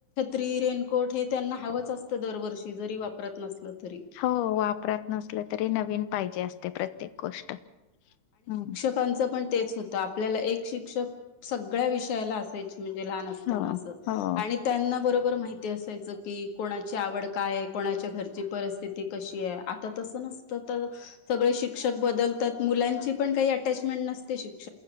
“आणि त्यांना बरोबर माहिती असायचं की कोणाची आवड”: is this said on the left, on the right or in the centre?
Left